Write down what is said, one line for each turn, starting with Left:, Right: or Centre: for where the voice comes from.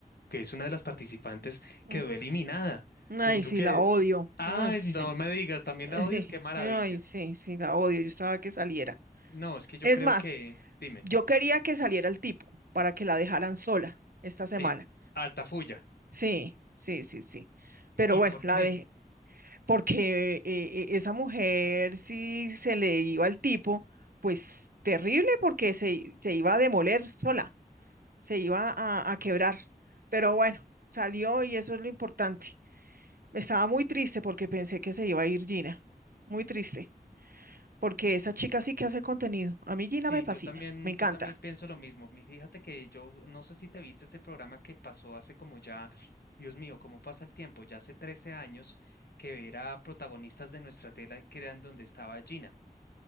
Left: que es una de las participantes, quedó
Right: Mm.
Left: eliminada.
Right: mm. Ay,
Left: Y tú
Right: sí,
Left: que,
Right: la odio.
Left: ay,
Right: Ay, sí,
Left: no me digas, también
Right: ay,
Left: la odias,
Right: sí,
Left: qué maravilla.
Right: ay, sí, sí, la odio. Yo estaba que saliera.
Left: No, es que yo
Right: Es
Left: creo
Right: más,
Left: que, dime,
Right: yo quería que saliera el tipo para que la dejaran sola esta semana.
Left: eh, Altafulla.
Right: Sí, sí, sí, sí.
Left: ¿Y
Right: Pero bueno,
Left: por
Right: la
Left: qué?
Right: de, porque eh, eh, esa mujer si se le iba al tipo, pues terrible porque se, se iba a demoler sola, se iba a, a quebrar. Pero bueno, salió y eso es lo importante. Me estaba muy triste porque pensé que se iba a ir Gina. Muy triste, porque esa chica sí que hace contenido. A mí Gina
Left: Sí,
Right: me fascina,
Left: yo también,
Right: me encanta.
Left: yo también pienso lo mismo. Mi- Fíjate que yo no sé si te viste ese programa que pasó hace como ya, Dios mío, cómo pasa el tiempo, ya hace 13 años que era protagonistas de nuestra tela y que eran donde estaba Gina.